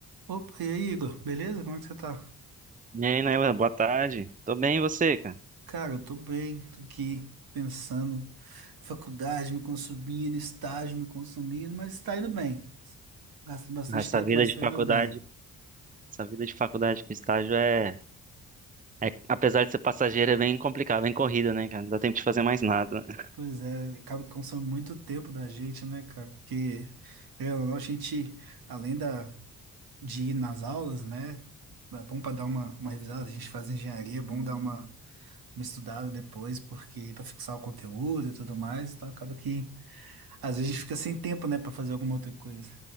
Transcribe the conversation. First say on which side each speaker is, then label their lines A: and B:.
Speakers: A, on the right; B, on the right.
A: Opa, e aí, Igor? Beleza? Como é que você tá?
B: E aí, Nayla, boa tarde. Tô bem, e você, cara?
A: Cara, eu tô bem, tô aqui pensando, faculdade me consumindo, estágio me consumindo, mas tá indo bem. Gastando bastante
B: Ah, Essa
A: tempo,
B: vida
A: mas
B: de
A: tá
B: faculdade,
A: indo bem.
B: essa vida de faculdade com estágio é, é, apesar de ser passageira, é bem complicado, bem corrida, né, cara? Não dá tempo de fazer mais nada, né?
A: Pois é, acaba que consome muito tempo da gente, né, cara? Porque, querendo ou não, a gente, além da, de ir nas aulas, né, é bom pra dar uma, uma revisada, a gente faz engenharia, é bom dar uma, uma estudada depois, porque para fixar o conteúdo e tudo mais, então acaba que. Às vezes a gente fica sem tempo, né, pra fazer alguma outra coisa.